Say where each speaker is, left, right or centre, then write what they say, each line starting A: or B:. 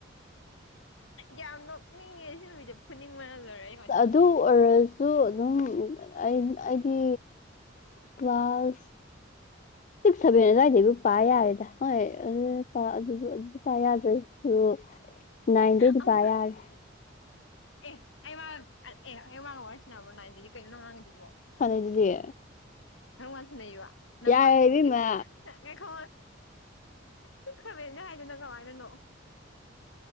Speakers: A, on the left; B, on the left.
A: ꯌꯥꯝ ꯅꯣꯛꯅꯤꯡꯉꯦ ꯁꯤ ꯅꯨꯨꯄꯤꯖꯦ ꯐꯨꯅꯤꯡꯕꯅ ꯂꯣꯏꯔꯦ ꯑꯩ ꯀꯃꯥꯏꯅ
B: ꯑꯗꯨ
A: ꯇꯧꯅꯤ
B: ꯑꯣꯏꯔꯁꯨ ꯑꯗꯨꯝ ꯑꯩ ꯑꯩꯗꯤ ꯀ꯭ꯂꯥꯁ ꯁꯤꯛꯁ ꯁꯚꯦꯟ ꯑꯗꯥꯏꯗꯒꯤ ꯄꯥ ꯌꯥꯔꯦꯗ ꯍꯣꯏ ꯑꯗꯨ ꯄꯥ ꯑꯗꯨꯗ ꯑꯗꯨꯗꯤ ꯄꯥ ꯌꯥꯗ꯭ꯔꯁꯨ ꯅꯥꯏꯟꯗꯩꯗꯤ
A: ꯑꯃꯨꯛ
B: ꯄꯥ ꯌꯥꯔꯦ
A: ꯑꯦ ꯑꯩ ꯃꯥꯒ ꯑꯦ ꯑꯩ ꯃꯥꯒ ꯋꯥꯔꯤ ꯁꯟꯅꯕ꯭ꯔꯣ ꯅꯥꯏꯟꯗꯒꯤ ꯀꯩꯅꯣ ꯅꯪ ꯉꯥꯡꯉꯤꯗꯨꯕꯣ
B: ꯁꯅꯤꯗꯨꯗꯤ
A: ꯀꯔꯝ ꯀꯥꯟ ꯁꯥꯟꯅꯩ ꯌꯨꯋꯥ ꯅꯃꯥꯏ
B: ꯌꯥꯔꯦ
A: ꯊꯥꯖꯟ
B: ꯏꯕꯦꯝꯃ
A: ꯢꯁ ꯉꯥꯢꯈꯣ ꯁꯤꯛꯁ ꯁꯚꯦꯟꯒ ꯍꯥꯏꯗꯨꯅ ꯀꯃꯥꯏꯅꯅꯣ